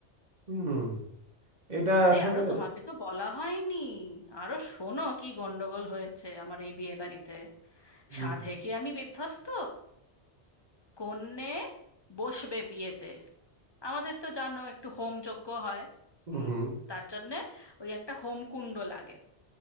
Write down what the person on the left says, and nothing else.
আরে
আরো তোমাকে তো বলা হয়নি আরো শোনো কি গন্ডগোল হয়েছে আমার এই বিয়ে বাড়িতে
সাধে কি আমি বিধ্বস্ত কন্যে বসবে বিয়েতে আমাদের তো জানো একটু হোম যজ্ঞ হয়
হুম
তার জন্যে ওই একটা হোম কুণ্ড লাগে